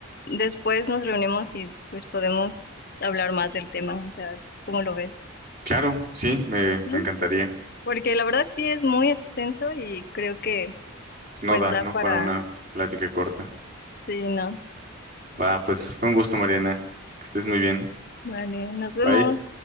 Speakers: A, on the left; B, on the right.
A: después nos reunimos y pues podemos hablar más del tema, o sea, ¿cómo lo ves?
B: Claro, sí, me,
A: Sí,
B: me encantaría.
A: Porque la verdad sí es muy extenso y creo que
B: No
A: pues
B: da,
A: da
B: ¿no?
A: para,
B: Para una plática corta.
A: sí, no.
B: Va, pues fue un gusto, Mariana. Que estés muy bien.
A: Vale, nos vemos.
B: Bye.